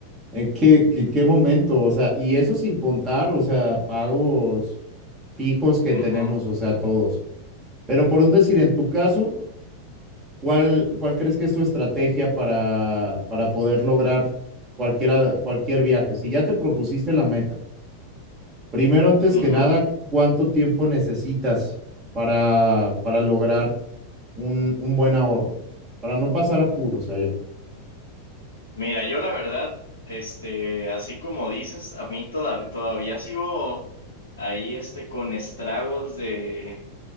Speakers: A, on the right; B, on the left.
A: eh, ¿qué, qué, qué momento? O sea, y eso sin contar, o sea, pagos fijos que tenemos,
B: Ujú,
A: o sea, todos. Pero por un decir, en tu caso, ¿cuál, cuál crees que es tu estrategia para, para poder lograr cualquiera, cualquier viaje? Si ya te propusiste la meta, primero, antes
B: ujú.
A: que nada, ¿cuánto tiempo necesitas para, para lograr un, un buen ahorro? Para no pasar apuros allá.
B: Mira, yo la verdad, este, así como dices, a mí toda- todavía sigo ahí, este, con estragos de,